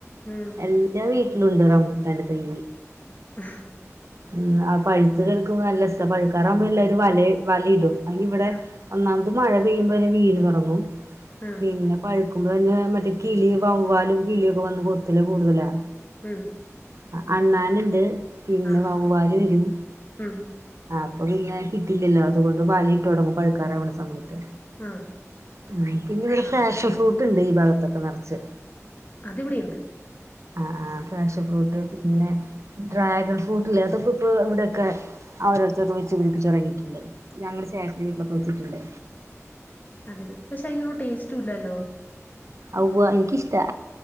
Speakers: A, on the left; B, on the right.
A: ഉം
B: എല്ലാ വീട്ടിലുണ്ട് റംബൂട്ടാന്റെ തൈ
A: <unintelligible>
B: ഉം അത് പഴുത്ത് കെടക്കുമ്പ നല്ലസ പഴുക്കാറാവുമ്പോ എല്ലാരും വലയ് വലടും അയ്നിവടെ
A: ആഹ്
B: ഒന്നാമത് മഴ പെയ്യുമ്പോന്നെ വീണ് തൊടങ്ങും.
A: ആഹ്
B: പിന്നെ പഴുക്കുമ്പോ തന്നെ മറ്റേ കിളി വവ്വാലും കിളിയൊക്കെ വന്ന് കൊത്തല് കൂടുതലാ
A: ഉം
B: ആഹ് അണ്ണാനിണ്ട് പിന്നെ
A: ആഹ്
B: വവ്വാല് വെരും
A: ഉം
B: അപ്പൊ പിന്നെ കിട്ടില്ലല്ലോ അതുകൊണ്ട് വല ഇട്ട് തൊടങ്ങും പഴുക്കാറാവണ സമയത്ത്
A: ആഹ്
B: ഉം പിന്നെ ഇവിടെ
A: ആഹ്
B: ഫാഷൻ ഫ്രൂട്ട്ണ്ട് ഈ ഭാഗത്തൊക്കെ നറച്ച്
A: അതിവിടെയിണ്ട്
B: ആഹ്ആഹ് ഫാഷൻഫ്രൂട്ട് പിന്നെ ഡ്രാഗൺ ഫ്രൂട്ടില്ലേ അതൊക്കെ ഇപ്പൊ ഇവിടെയൊക്കെ ആഹ് ഓരോരുത്തരൊക്കെ വെച്ച് പിടിപ്പിച്ച് തെടങ്ങിയിട്ട്ണ്ട് ഞങ്ങടെ ചേട്ടന്റെ വീട്ടിലൊക്കെ വെച്ചിട്ടൊണ്ട്
A: അതേലെ പക്ഷെ അയിനൊരു ടേസ്‌റ്റൂല്ലല്ലോ
B: ഔവ്വാ എനിക്കിഷ്ട്ടാ